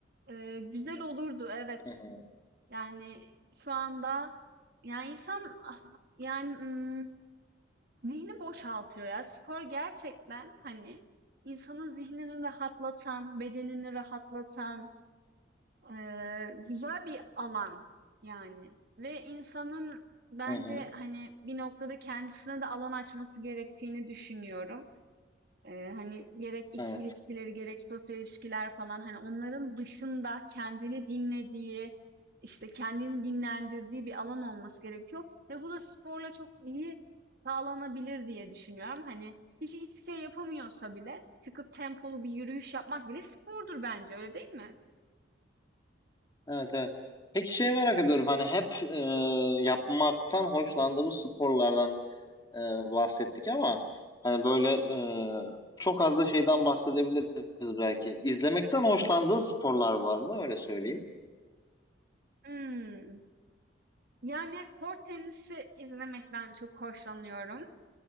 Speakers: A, on the right (about 55°); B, on the left (about 20°).
A: Ee, güzel olurdu evet.
B: Hı hı.
A: Yani şu anda yani insan ah, yani ım, zihni boşaltıyor ya. Spor gerçekten hani insanın zihnini rahatlatan, bedenini rahatlatan Eee, güzel bir alan yani ve insanın bence
B: Hı hı.
A: hani bir noktada kendisine de alan açması gerektiğini düşünüyorum. Eee, hani gerek iş
B: Evet.
A: ilişkileri gerek sosyal ilişkiler falan hani onların dışında kendini dinlediği işte kendini dinlendirdiği bir alan olması gerekiyor ve bu da sporla çok iyi sağlanabilir diye düşünüyorum. Hani kişi hiçbir şey yapamıyorsa bile çıkıp tempolu bir yürüyüş yapmak bile spordur bence öyle değil mi?
B: Evet evet. Peki şey merak ediyorum hani hep e, yapmaktan hoşlandığımız sporlardan e, bahsettik ama hani böyle e, çok az da şeyden bahsedebiliriz belki. İzlemekten hoşlandığın sporlar var mı? Öyle söyleyeyim.
A: Hmm. Yani, kort tenisi izlemekten çok hoşlanıyorum,